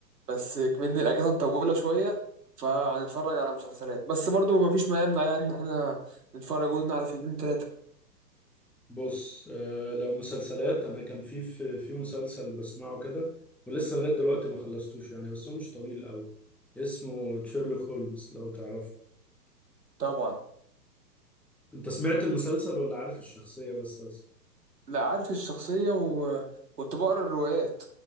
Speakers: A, on the right (about 70°); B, in the centre.
A: بس كمان الاجازه مطوله شويه فهنتفرج على مسلسلات بس برضو ما فيش ما يمنع يعني ان احنا نتفرج قلنا على فيلمين ثلاثه
B: بص آه لو مسلسلات انا كان في في, في مسلسل بسمعه كده ولسه لغايه دلوقتي ما خلصتوش يعني بس هو مش طويل قوي اسمه شيرلوك هولمز لو تعرفه
A: طبعا
B: انت سمعت المسلسل ولا عارف الشخصيه بس اصلا
A: لا عارف الشخصيه وكنت بقرا الروايات